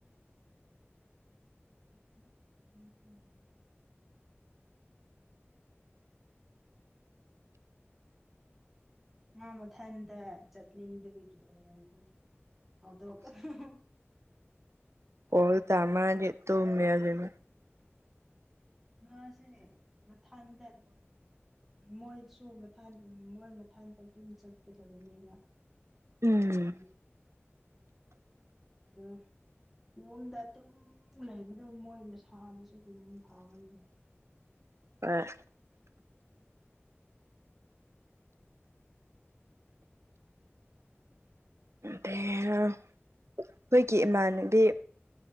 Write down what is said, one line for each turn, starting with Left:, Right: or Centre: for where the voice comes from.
Centre: ꯐꯥꯛꯇꯣꯛꯎ ꯐꯥꯛꯇꯣꯛ <unintelligible> ꯃꯥ ꯃꯊꯟꯇ ꯆꯠꯅꯤꯡꯗꯕꯒꯤ ꯑꯣꯏꯔꯝꯒꯅꯦ ꯍꯧꯗꯣꯛꯀꯅꯨ <unintelligible>
Right: ꯀꯣꯜ ꯇꯝꯃꯛꯑꯗꯤ ꯇꯨꯝꯃꯦ ꯑꯗꯨꯝ
Centre: ꯃꯥꯁꯦ ꯃꯊꯟꯗ ꯃꯣꯏꯁꯨ ꯃꯊꯥꯟ ꯃꯣꯏ ꯃꯊꯥꯟꯗ ꯑꯗꯨꯝ ꯆꯠꯀꯗꯕꯅꯦꯕ
Right: ꯎꯝ
Centre: ꯑꯗꯨꯒꯤꯅꯦ ꯑꯗꯨꯝ ꯌꯨꯝꯗ ꯑꯗꯨꯝ ꯂꯩꯕꯗꯨ ꯃꯣꯏ ꯃꯁꯥꯗꯨꯁꯨ ꯑꯗꯨꯝ ꯐꯥꯕꯅꯤꯕ
Right: ꯑꯦ ꯗꯦꯝ ꯑꯩꯈꯣꯏꯒꯤ ꯏꯃꯥꯟꯅꯕꯤ